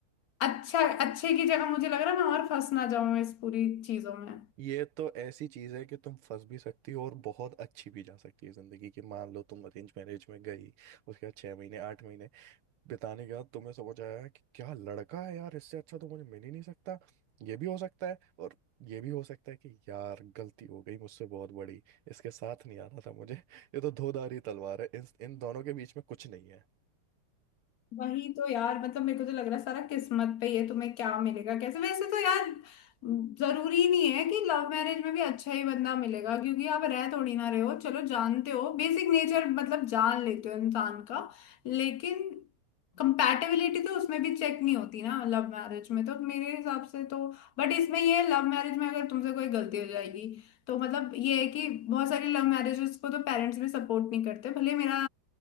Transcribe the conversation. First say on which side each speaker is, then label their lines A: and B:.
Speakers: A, on the left; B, on the right.
A: अच्छा अच्छे की जगह मुझे लग रहा है मैं और फंस ना जाऊं इस पूरी चीजों में
B: ये तो ऐसी चीज है कि तुम फंस भी सकती हो और बहुत अच्छी भी जा सकती है जिंदगी की मान लो तुम अरेंज मैरिज में गई उसके बाद छह महीने आठ महीने बिताने के बाद तुम्हें समझ आया कि क्या लड़का है यार इससे अच्छा तो मुझे मिल ही नहीं सकता ये भी हो सकता है और ये भी हो सकता है कि यार गलती हो गई मुझसे बहुत बड़ी इसके साथ नहीं आना था मुझे <laughs> ये तो धोधारी तलवार है इन इन दोनों के बीच में कुछ नहीं है
A: वही तो यार मतलब मेरे को तो लग रहा है सारा किस्मत पे ही है तुम्हें क्या मिलेगा कैसे वैसे तो यार जरूरी नहीं है कि लव मैरिज में भी अच्छा ही बंदा मिलेगा क्योंकि आप रह थोड़ी ना रहे हो चलो जानते हो बेसिक नेचर मतलब जान लेते हो इंसान का लेकिन कंपैटिबिलिटी तो उसमें भी चेक नहीं होती ना लव मैरिज में तो मेरे हिसाब से तो बट इसमें ये है लव मैरिज में अगर तुमसे कोई गलती हो जाएगी तो मतलब ये है कि बहुत सारी लव मैरिजेस को तो पेरेंट्स भी सपोर्ट नहीं करते भले मेरा